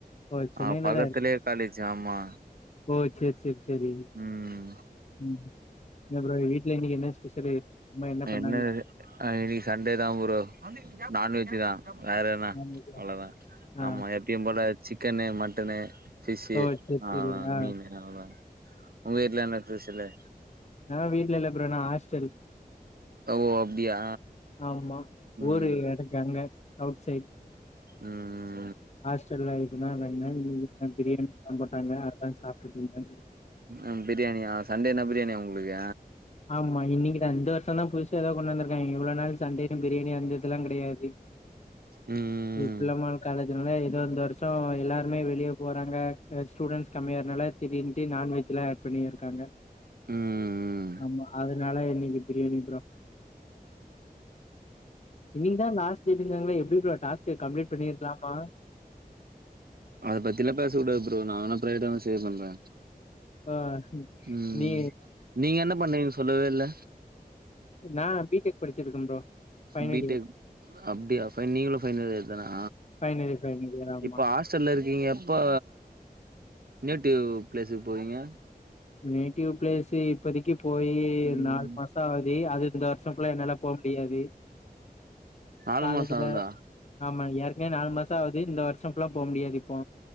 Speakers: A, on the left (about 45°); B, on the right (about 75°).
A: ஓ சென்னையில
B: அ பக்கத்திலே காலேஜி ஆமா
A: ஒ சேரி சேரி சேரி
B: ம்
A: ம் என்ன ப்ரோ வீட்ல இன்னைக்கி என்ன ஸ்பெஷலு அம்மா என்ன பண்ணாங்க
B: என்னது அ இன்னைக்கு சண்டே தா ப்ரோ நான் வெஜ் தா வேற என்ன
A: நான்வெஜ்ஜா
B: அவ்ளோதா
A: ஆ
B: ஆமா எப்பயு போல சிக்கனு மட்டனு பிஷ்சு
A: ஓ செரி
B: அவ்ளோதா
A: செரி ஆ
B: மீனு அவ்ளோதா உங்க வீட்ல என்ன பெஷலு
A: நாலா வீட்ல இல்ல ப்ரோ நா ஆஸ்டலு
B: ஓ அப்டியா
A: ஆமா
B: ம்
A: ஊரு எனக்கு அங்க சவுத் சைட்
B: ம் ம்
A: ஹாஸ்டல்ல இருந்தா <unintelligible> இன்னைக்குதா பிரியாணி எல்லா போட்டாங்க அதா சாப்ட்டுட்டு இருந்தேங்
B: ம் பிரியாணியா சண்டேன்னா பிரியாணியா உங்ளுக்கு
A: ஆமா இன்னைக்கிதா இந்த வருஷ தா புதுசா ஏதோ கொண்டு வந்ருக்காய்ங்க இவ்ளோ நாள் சண்டே பிரியாணி வந்தது அப்பிட்லா கெடயாது
B: ம்
A: <unintelligible> காலேஜ்னால ஏதோ இந்த வருஷோ எல்லாருமே வெளிய போறாங்க பிளஸ் ஸ்டூடெண்ஸ் கம்மியா ஆகுரறதுனால திடிர்ன்னுட்டு நான்வெஜ்லா ஆட் பண்ணிருக்காங்க
B: ம் ம்
A: ஆமா அதனால இன்னைக்கு பிரியாணிப் ப்ரோ இன்னைக்குதா லாஸ்ட் டேட் இங்காங்ளே எப்டி ப்ரோ டாஸ்க் கம்ப்ளிட் பண்ணிருலாமா
B: அத பத்திலா‌ பேசக்கூடாது ப்ரோ நா வேனா பிரைவேட்டா மெசேச் பண்றே
A: ஆ
B: ம்
A: நீ
B: நீங்க என்ன பண்ணீங்க சொல்லவே இல்ல
A: நா பிடெக் படிச்சிட்ருக்கே ப்ரோ ஃபைனல்
B: பிடெக்
A: இயர்.
B: அப்டியா ஃபை நீங்களு ஃபைனல் இயர் தானா
A: ஃபைனல் இயர், ஃபைனல் இயர் ஆமா.
B: இப்ப ஆஸ்ட் ஆஸ்ட்டல்ல இருக்கீங்க எப்போ நேட்டிவ் பிளேஸுக்கு போவீங்க
A: நேட்டிவ் பிளேஸு இப்போதைக்கு போயி
B: ம்
A: நாலு மாசோ ஆகுது அது இந்த வருஷோ <unintelligible> ஃபுல்லா என்னால போவ முடியாது
B: நாலு
A: காலேஜில
B: மாசோ ஆகுதா
A: ஆமா ஏற்க்கனவே நாலு மாசோ ஆகுது இந்த வருஷோ ஃபுல்லா போவ முடியாது இப்போ